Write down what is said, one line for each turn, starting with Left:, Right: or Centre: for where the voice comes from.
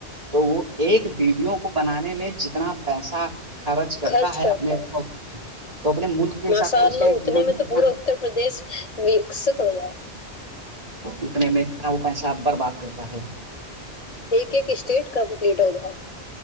Right: تو وہ ایک وڈیو کو بنانے میں جتنا پیسہ
Left: خرچ
Right: ہے
Left: کرتا
Right: اپنے
Left: ہے
Right: تو اپنے ملک کے
Left: ماشاء
Right: حساب سے اس
Left: اللہ
Right: کے ایک
Left: اتنے
Right: ویڈیو
Left: میں تو
Right: کتنا
Left: پورا اتر پردیش وکست ہو جائےا
Right: اتنے میں انا وہ پیساب بر بات کرتا ہے
Left: ایک ایک اسٹیٹ کمپلیٹ ہو جائے